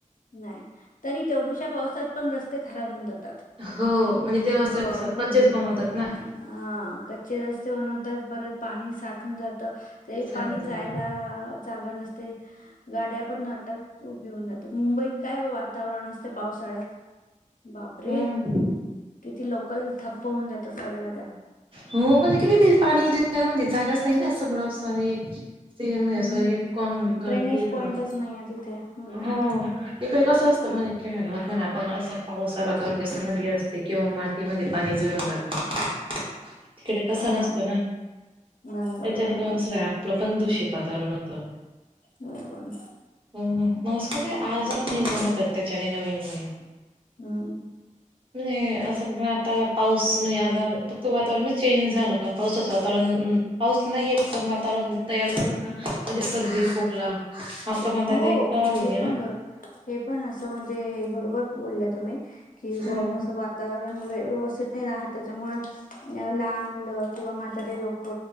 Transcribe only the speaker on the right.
हो म्हणजे ते रस्ते
असं
कच्चेच बनवतात ना.
साठून
जात
हो
हम्म
हो <unintelligible> पाणी जे त्याला म्हणजे जागाच नाही ना सगळंच आणि. ते म्हणजे <unintelligible> असं
हे कॉंग विक
ते सगळं
हो इकडे कसं असतं म्हणे खेळावर <unintelligible> पावसाला कारण <unintelligible> जस नदी असते किंवा मातीमध्ये पाणी जुरून जातं. तिकडे तसं
नसतं ना
त्याच्याने
नेऊन सगळं आपल. पण दूषित <unintelligible> तर मात्र
हम्म हम्म म असं काय <unintelligible>
आज त्याच्याने नवीन नवीन
म्हणजे अस कुठं आता पाऊस म्हणजे आता वातावरण चेंज झालं का, पावसाचं वातावरण अ पाऊस नाही येत पण वातावरण तयार झालं का. म्हणजे सर्दी
खोकला, हा प्रमाण त
आता इतका वाढून
गेला.
हम्म.